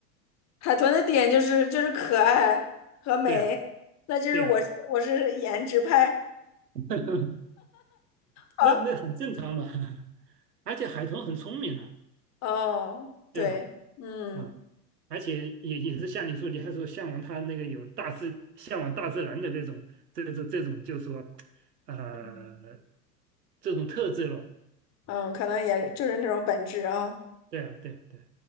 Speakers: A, on the left; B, on the right.
A: 海豚的点就是就是可爱和美，
B: 对啊，
A: 那就是我是我是颜值派。
B: 对啊，<laughs>
A: 好，
B: 那那很正常嘛，<laughs> 而且海豚很聪明的。
A: 哦，对，
B: 对吧？
A: 嗯。
B: 啊，而且也也是像你说，你还说向往他那个有大自向往大自然的这种这这这种，就是说，呃，
A: 嗯
B: 这种特质咯。
A: 嗯，可能也就是那种本质啊，
B: 对啊，对啊，对啊